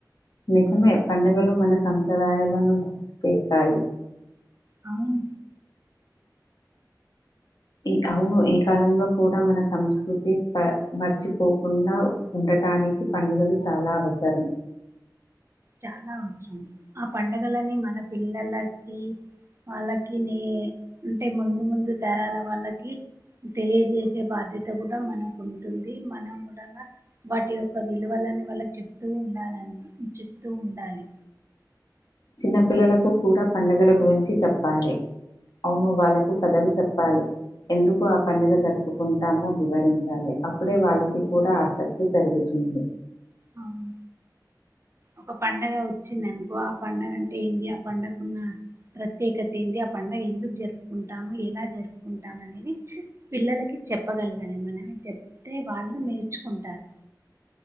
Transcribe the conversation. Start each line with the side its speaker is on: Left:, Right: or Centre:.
Left: నిజమే పండుగలు మన సంప్రదాయాలను గుర్తు చేస్తాయి.
Right: అవును
Left: ఈ అవును ఈ కాలంలో కూడా మన సంస్కృతి మర్చిపోకుండా ఉండటానికి పండుగలు చాలా అవసరం
Right: చాలా అవసరం ఆ పండగలని మన పిల్లలకి వాళ్ళకి నే అంటే ముందు ముందు తరాల వాళ్ళకి తెలియజేసే బాధ్యత కూడా మనకుంటుంది మనం కూడా వాటి యొక్క విలువలని వాళ్ళకి చెప్తూ ఉండాలని తూ ఉండాలి
Left: చిన్న పిల్లలకు కూడా పండుగల గురించి చెప్పాలి అవును వాళ్ళకు కథలు చెప్పాలి ఎందుకు ఆ పండుగ జరుపుకుంటామో వివరించాలి అప్పుడే వాళ్ళకి కూడా ఆసక్తి పెరుగుతుంది.
Right: అవును ఒక పండగ చిన్ననుకో ఆ పండుగంట దయా పంటకున్న ప్రత్యేకత ఏంది ఆ పండగ ఎందు జరుపుకుంటాము ఎలా జరుపుకుంటాము అనేది పిల్లలకి చెప్పగలగాలి మనమే చెప్తే వాళ్ళు నేర్చుకుంటారు